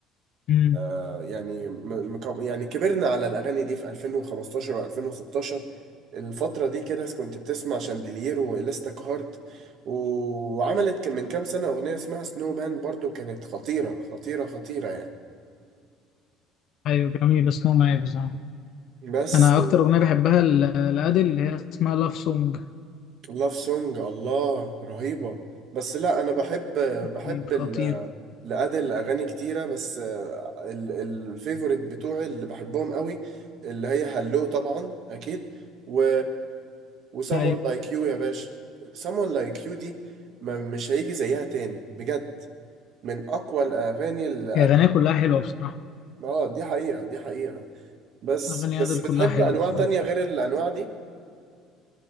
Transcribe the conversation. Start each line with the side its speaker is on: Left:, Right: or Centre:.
Left: امم
Right: آه، يعني م... مكو- يعني كبرنا على الأغاني دي في 2015 و2016 الفترة دي كده كنت بتسمع شاندلير وإلاستيك هارت و... وعملت من كام سنة أغنية اسمها سنو مان برضو كانت خطيرة خطيرة خطيرة يعني
Left: ايوه جميل اسمه معايا بصراحة
Right: بس
Left: انا اكتر اغنية بحبها ل- لأديل اللي هي اسمها لاف سونج
Right: لاف سونج الله رهيبة بس لا انا بحب بحب
Left: دي
Right: ال
Left: خطير
Right: لأدل أغاني كتيرة بس الفيفوريت بتوعي اللي بحبهم قوي اللي هي هلو طبعا أكيد و و someone
Left: ايوه
Right: like you يا باشا someone like you دي ما مش هيجي زيها تاني بجد من أقوى الأغاني اللي
Left: هي
Right: أدل
Left: اغانيها كلها حلوة بصراحة
Right: اه دي حقيقة دي حقيقة بس
Left: اغاني
Right: بس
Left: أديل
Right: بتحب
Left: كلها حلوة
Right: أنواع
Left: بصراحة
Right: تانية غير الأنواع دي